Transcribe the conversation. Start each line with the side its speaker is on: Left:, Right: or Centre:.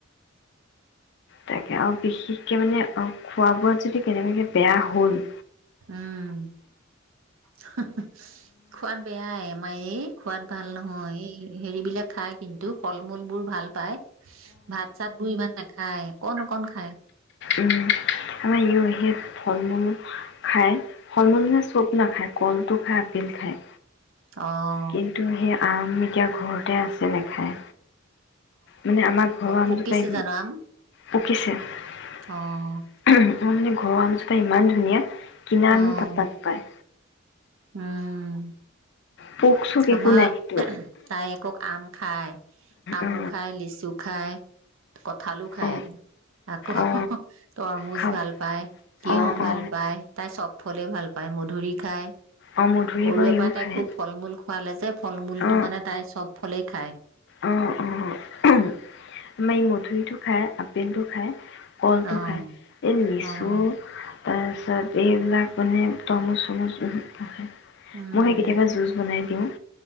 Left: তাকে আৰু বিশেষকে মানে খোৱা বোৱাত যদি কেনেবাকে বেয়া হ'ল।
Right: উম। <inaudible> খোৱাত বেয়াই আমাৰ এই খোৱাত ভাল নহয় এই। হেৰিবিলাক খাই কিন্তু ফল মূল বোৰ ভাল পায়। ভাত চাত বোৰ ইমান নাখায় কন অকন খায়।
Left: উম আমাৰ সে ফল মূল খাই। ফল মলুহে চব নাখায়। কলটো খাই, আপেল খায়।
Right: আহ
Left: কিন্তু সেই আম এতিয়া ঘৰতে আছে নেখায়। মানে আমাৰ ঘৰ আম
Right: পকিছে
Left: জোপাই
Right: জানো আম?
Left: পকিছে উহু
Right: অ',
Left: মানে ঘৰৰ আমজোপা ইমান ধুনীয়া কিনা আমো
Right: অ',
Left: পত্তা নাপায়।
Right: উম
Left: পোক চোক একো
Right: আমাৰ
Left: নাই কিন্তু
Right: তাই আক আম খায় আমু
Left: অ
Right: খায় লিচু খায়। কঠালো খাই
Left: অ
Right: আকৌ
Left: অ
Right: তৰমুজ
Left: খাব
Right: ভাল পায় তিঁয়হ
Left: অ
Right: ভাল
Left: অ
Right: পায় তাই চব। ফলে ভাল পায় মধুৰি খায়।
Left: অ মধুৰি
Right: সৰুৰে
Left: বাৰু ইও
Right: পৰাই তাই
Left: খায়
Right: খুব ফল মূল খোৱালে যে ফল মূলটো
Left: অ
Right: মানে তাই চব। ফলেই খায়।
Left: অ অ আমাৰ ই মধুৰীটো খাই আপেল টো খায়। কলটো
Right: অ',
Left: খায় এই লিচু
Right: অ',
Left: তাৰপিছত এইবিলাক মানে তৰমুচ চৰমুচ মই
Right: উম,
Left: সেই কেতিয়াবা জুচ বনাই দি। তো